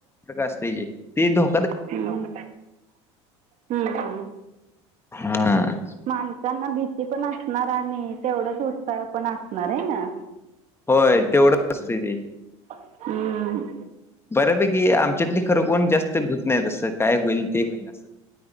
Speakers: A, on the left (about 15°); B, on the right (about 50°).
A: <inaudible> असतेय ते धो
B: हम्म हम्म. हम्म.
A: हां.
B: माणसांना भीती पण असणार आणि तेवढंच उत्साह पण असणार आहे ना.
A: होय, तेवढंच असतय ते
B: हम्म.
A: बऱ्यापैकी आमच्यातली खरं कोण जास्त धूत नाही तसं काय होईल ते होईल असं.